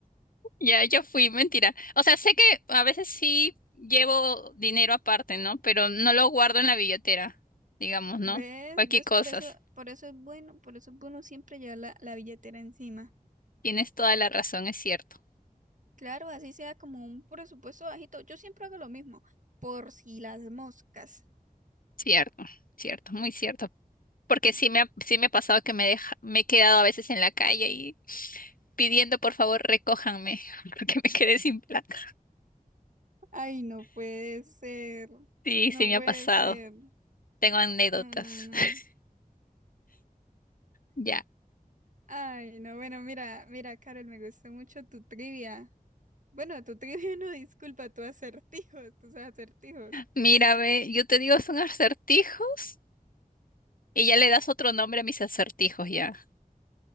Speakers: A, on the left (about 70°); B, on the right (about 60°).
A: ya, ya fui, mentira. O sea, sé que a veces sí llevo dinero aparte, ¿no? Pero no lo guardo en la billetera, digamos, ¿no?
B: ¿Ves?
A: Cualquier
B: ¿Ves?
A: cosas.
B: Por eso, por eso es bueno, por eso es bueno siempre llevar la, la billetera encima.
A: Tienes toda la razón, es cierto.
B: Claro, así sea como un presupuesto bajito. Yo siempre hago lo mismo, por si las moscas.
A: Cierto, cierto, muy cierto. Porque sí me ha, sí me ha pasado que me deja, me he quedado a veces en la calle y pidiendo por favor recójanme <laughs> porque me quedé sin plata.
B: Ay, no puede ser.
A: Sí,
B: No
A: sí me
B: puede
A: ha pasado.
B: ser.
A: Tengo anécdotas.
B: No, no, no.
A: <laughs> Ya.
B: Ay, no, bueno, mira, mira, Carol, me gustó mucho tu trivia. Bueno, tu <laughs> trivia no, disculpa, tus acertijos, tus acertijos.
A: Mira, ve, yo te digo son acertijos y ya le das otro nombre a mis acertijos ya.